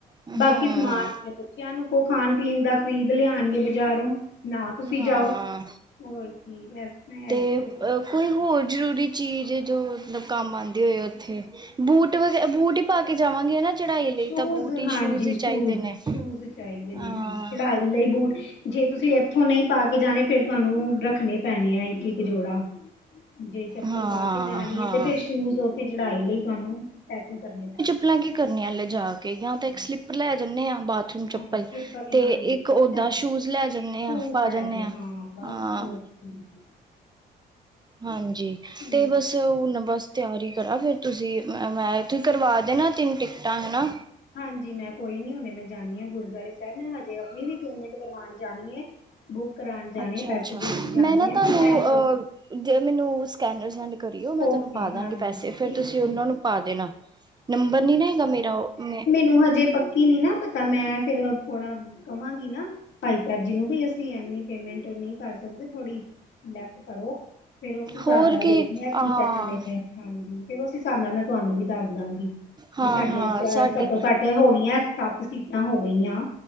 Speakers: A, on the right (about 20°); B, on the left (about 65°).
A: ਹੂੰ
B: ਬਾਕੀ ਸਮਾਨ ਆਪ ਬੱਚਿਆ ਨੂੰ ਕਹੋ ਖਾਣ ਪੀਣ ਦਾ ਖ਼ਰੀਦ ਲਿਆਣਗੇ ਬਾਜ਼ਾਰੋਂ, ਨਾ ਤੁਸੀਂ
A: ਹਾਂ
B: ਜਾਓ। ਹੋਰ ਠੀਕ ਇਸ ਤਰ੍ਹਾਂ
A: ਤੇ
B: ਐਹੀ ਉਸ
A: ਅ ਕੋਈ ਹੋਰ ਜ਼ਰੂਰੀ ਚੀਜ਼ ਜੋ ਮਤਲਬ ਕੰਮ ਆਂਦੀ ਹੋਏ ਉੱਥੇ ਬੂਟ ਵੈਸੇ ਬੂਟ ਹੀ ਪਾ ਕੇ ਜਾਵਾਂਗੇ ਨਾ ਚੜਾਈ ਲਈ
B: ਸ਼ੂਜ
A: ਤਾਂ ਬੂਟ ਹੀ
B: ਹਾਂਜੀ,
A: ਸ਼ੂਜ ਹੀ
B: ਸ਼ੂਜ਼
A: ਚਾਹੀਦੇ ਨੇ
B: ਸ਼ੂਜ ਚਾਹੀਦੇ ਨੇ,
A: ਹਾਂ
B: ਹਾਂਜੀ, ਚੜਾਈ ਲਈ ਬੂਟ। ਜੇ ਤੁਸੀਂ ਇੱਥੋਂ ਨਹੀਂ ਪਾ ਕੇ ਜਾਣੇ ਫੇਰ ਤੁਹਾਨੂੰ ਰੱਖਣੇ ਪੈਣੇ ਆ ਇੱਕ ਇੱਕ ਜੋੜਾ, ਜੀ ਚੱਪਲ
A: ਹਾਂ
B: ਪਾ ਕੇ ਜਾਣੀ
A: ਹਾਂ
B: ਹੈ ਤੇ ਫੇਰ ਸ਼ੂਜ ਉੱਥੇ ਚੜਾਈ ਲਈ ਤੁਹਾਨੂੰ ਪੈਕਿੰਗ ਕਰਨੀ ਆ।
A: ਹਿਲਾਂ ਕੀ ਕਰਨੇ ਵਾਲੇ ਜਾ ਕੇ ਜਾਂ ਤਾਂ ਇੱਕ ਸਲੀਪਰ ਲੈ ਜਾਂਦੇ ਹਾਂ ਬਾ ਬਾਥਰੂਮ ਚੱਪਲ
B: ਹਾਂ ਸਲੀਪਰ
A: ਤੇ
B: ਹਾਂਜੀ
A: ਇੱਕ ਓਦਾਂ
B: ਉਹ ਲੈ ਜਾਓ
A: ਸ਼ੂਜ ਲੈ ਜਾਂਦੇ
B: ਸ਼ੂਜ
A: ਹਾਂ ਪਾ
B: ਲੈ
A: ਜਾਂਦੇ
B: ਜਾਓ
A: ਹਾਂ,
B: ਬਸ
A: ਹਾਂ।
B: <unintelligible>
A: ਹਾਂਜੀ,
B: ਹੂੰ
A: ਤੇ ਬਸ ਹੁਣ ਬਸ। ਤਿਆਰੀ ਕਰਾਂ ਫਿਰ ਤੁਸੀਂ ਮੈਂ ਤੁਸੀਂ ਕਰਵਾ ਦੇਣਾ ਤਿੰਨ ਟਿਕਟਾਂ ਹੈ ਨਾ।
B: ਹਾਂਜੀ ਮੈਂ ਕੋਈ ਨੀ ਹੁਨੇ ਮੈਂ ਜਾਂਦੀ ਹਾਂ ਗੁਰਦੁਆਰੇ ਸਾਹਿਬ ਨਾ ਹਜੇ ਆਪਣੀ ਵੀ ਟਮੈਂਟ ਕਰਵਾਉਣ ਜਾਣੀ ਹੈ। ਬੁੱਕ ਕਰਾਉਣ ਜਾਣੇ
A: ਅੱਛਾ-ਅੱਛਾ
B: ਆ ਪੈਸੇ ਦੇਣ ਜਾਣੇ
A: ਮੈਂ ਨਾ ਤੁਹਾਨੂੰ
B: ਆ ਤੇ ਮੈਂ ਕੋਈ।
A: ਅ ਜੇ ਮੈਨੂੰ ਸਕੈਨਰ ਸੈਂਡ ਕਰੀਓ ਮੈਂ
B: ਓਕੇ
A: ਤੁਹਾਨੂੰ ਪਾ ਦਵਾਂਗੀ
B: ਹਾਂਜੀ
A: ਪੈਸੇ
B: ਠੀਕ
A: ਫੇਰ ਤੁਸੀਂ
B: ਠੀਕ
A: ਉਹਨਾਂ ਨੂੰ ਪਾ ਦੇਣਾ। ਨੰਬਰ ਨੀ ਹੈਗਾ ਮੇਰਾ ਉਹ ਮੈਂ।
B: ਤੂੰ ਹਜੇ ਪੱਕੀ ਨੀ ਨਾ ਪਤਾ ਮੈਂ ਫਿਰ ਹੁਣ, ਕਹਾਂਗੀ ਨਾ ਭਾਈ ਸਾਹਿਬ ਜੀ ਨੂੰ ਵੀ ਅਸੀਂ ਇੰਨੀ ਪੇਮੈਂਟ ਨਹੀਂ ਕਰ ਸਕਦੇ ਥੋੜੀ ਲੈਫਟ ਕਰੋ ਫਿਰ ਉਸ ਹਿਸਾਬ
A: ਹੋਰ
B: ਨਾਲ ਦੇਖਦੇ ਆ ਕੀ
A: ਹਾਂ
B: ਕਹਿਣਦੇ ਨੇ। ਹਾਂਜੀ, ਫਿਰ ਉਸ ਹਿਸਾਬ ਨਾਲ ਮੈਂ ਤੁਹਾਨੂੰ ਵੀ ਦੱਸ ਦਵਾਂਗੀ
A: ਹਾਂ-ਹਾਂ
B: ਵੀ ਸਾਡੀਆਂ ਚ
A: ਸਾਡੀ
B: ਘੱਟੋ ਘੱਟ ਤੇ ਹੋ ਗਈਆਂ ਸੱਤ ਸੀਟਾਂ ਹੋ ਗਈਆ।